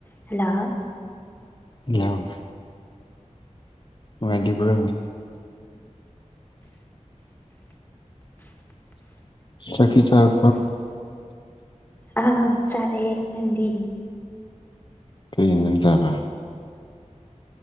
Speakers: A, on the left; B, on the left.
A: hello
B: hello ꯃꯣꯏꯥꯏꯗꯤꯕ꯭ꯔꯒ ꯆꯈꯤ ꯆꯠ
A: ꯑ ꯁꯔꯦꯗꯤ
B: ꯀꯔꯤꯅ ꯆꯕꯦ